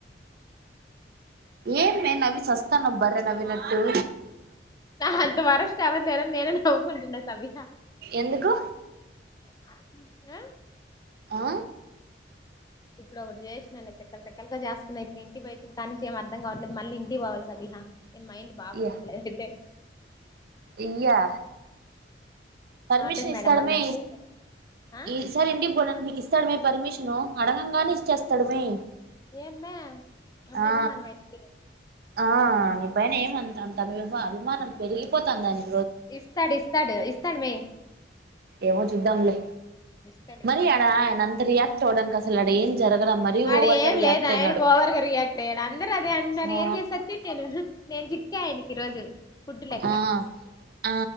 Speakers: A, on the right; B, on the left.
A: ఏం మే నవ్వి సస్తానవు బర్ర నవ్వినట్టు
B: నా అంత వారెస్ట్ ఎవర లేరని నేనని నవ్వుకుంటున్నా సమీరా
A: ఎందుకు
B: ఆ
A: ఆ
B: ఇప్పుడు ఒకటి చేసినా తిక్కల్ తిక్కల్గ చేస్తున్నా ఇప్పుడు ఇంటికి పోయి వచ్చిన కడినుంచి ఏమి అర్థం కావట్లేదు మళ్ళీ ఇంటికి పోవాలి సమీరా మైండ్ బాగుండట్లేదైతే
A: ఇయ్య ఇయ్యా పర్మిషన్
B: వార్డెన్ మేడం
A: ఇస్తాడమే
B: అన్నట్టు ఆ
A: ఈ సారి ఇంటికి పోడనికి నీకు ఇస్తాడమే పర్మిషను అడగంగానే ఇచ్చేస్తాడు మీ
B: ఏమ్మే అంత
A: ఆ
B: అభిమానమా ఆయనకి
A: ఆ నీ పని ఏమంత అభిమానం పెరిగిపోతుందిని
B: ఇస్తాడు ఇస్తాడు ఇస్తాడు మే
A: ఏమో చుద్ద్దంలే
B: ఇస్తాడు
A: మరియాడా అంతరీయాట్ అస్సలు ఆడ ఏం జరగల మరీ
B: ఆడ
A: ఓవర్
B: ఏం
A: గా రియాక్ట్
B: లేదు ఆయన
A: అయినాడు
B: పోవర్గా రియాక్ట్ అయ్యాడు అందరూ అదే అంటున్నారు
A: ఆ
B: ఏం చేసొచ్చే నేను నేను చిక్కాయనికి ఈ రోజు ఫుడ్డు లెక్క
A: ఆ ఆ